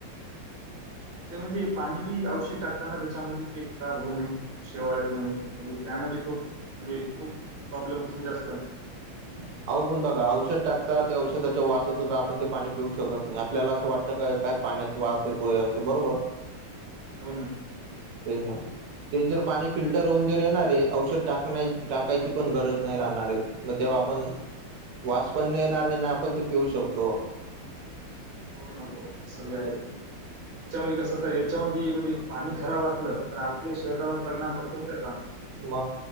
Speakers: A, on the right; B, on the right.
A: ते म्हणजे पाणी बी अवशक टाकताना त्याच्यामध्ये ते खराब होऊ न म्हण शेवाळ येऊ ने म्हणून म्हणजे त्यान बी खूप म्हणजे खूप प्रॉब्लेम होती जास्त
B: हम अहो पण बघा औषध टाकता त्या औषधाच्या वास येतो तर आपण ते पाणी पिऊ शकत नाही आपल्याला असं वाटतं काय काय पाण्यात वास येतोय असं बरोबर
A: हो ना
B: ये ना ते जर पाणी फिल्टर होऊन जर येणारे औषध टाकण्या टाकायची पण गरज नाही राहणारे मग ते आपण वास पण येणार नाही ना आपण ते पिऊ शकतो
A: हो ना हो सग आहे त्याच्यामध्ये कस तर याच्यामध्ये म्हणजे पाणी खराब असलं तर आपल्या शरीरावर परिणाम पडतो ना त्याचा
B: म